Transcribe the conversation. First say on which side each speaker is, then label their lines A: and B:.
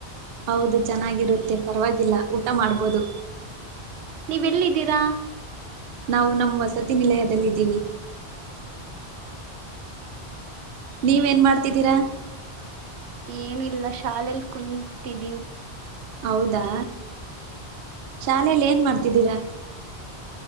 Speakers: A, on the right; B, on the right.
A: ಹೌದು ಚೆನ್ನಾಗಿರುತ್ತೆ ಪರವಾಗಿಲ್ಲ ಊಟ ಮಾಡ್ಬೋದು
B: ನೀವೆಲ್ಲಿದ್ದೀರಾ
A: ನಾವು ನಮ್ಮ್ ವಸತಿ ನಿಲಯದಲ್ಲಿದ್ದೀವಿ ನೀವ ೇನ್ ಮಾಡ್ತಿದ್ದೀರಾ
B: ಏನು ಇಲ್ಲ ಶಾಲೆಲಿ ಕುಂತಿದೀನಿ
A: ಹೌದಾ ಚಾ ಮನೇಲಿ ಏನ್ ಮಾಡ್ತಿದ್ದೀರಾ